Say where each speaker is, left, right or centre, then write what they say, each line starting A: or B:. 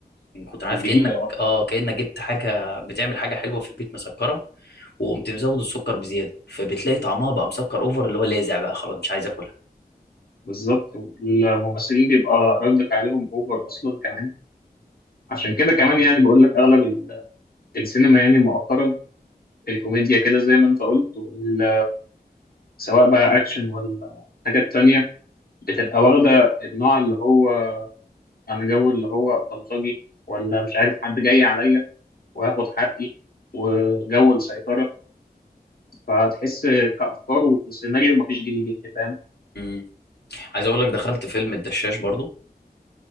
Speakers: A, on the left; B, on the left.
A: ان كنت عارف
B: الجديد
A: كانك
B: أه
A: اه كانك جبت حاجه بتعمل حاجه حلوه في البيت مسكره وقمت مزود السكر بزياده فبتلاقي طعمها بقى مسكر اوفر اللي هو لاذع بقى خلاص مش عايز اكلها
B: بالظبط الممثلين بيبقى رد فعلهم أوفر أصلا كمان عشان كده كمان يعني بقول لك أغلب ال- السينما يعني مؤخرا الكوميديا كده زي ما انت قلت وال- سواء بقى اكشن ولا حاجات تانية بتبقى واخدة النوع اللي هو انا جو اللي هو بلطجي ولا مش عارف حد جاي عليا وهاخد حقي وجو السيطرة فتحس كأفكار وكسيناريو مفيش جديد يعني فاهم
A: إمم. عايز اقول لك دخلت فيلم الدشاش برضو